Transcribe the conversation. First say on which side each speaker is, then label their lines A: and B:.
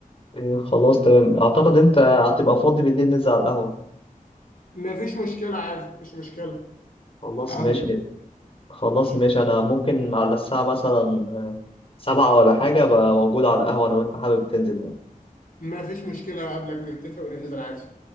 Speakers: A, on the left (about 40°); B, on the left (about 70°).
A: إيه خلاص تمام اعتقد انت هتبقى فاضي بالليل ننزل على القهوه
B: مفيش مشكله عادي مفيش مشكله
A: خلاص
B: اقابلك
A: ماشي خلاص
B: ماشي
A: ماشي انا ممكن على الساعه مثلا سبعة ولا حاجه ابقى موجود على القهوه لو انت حابب تنزل يعني
B: مفيش مشكله اقابلك نتفق وننزل عادي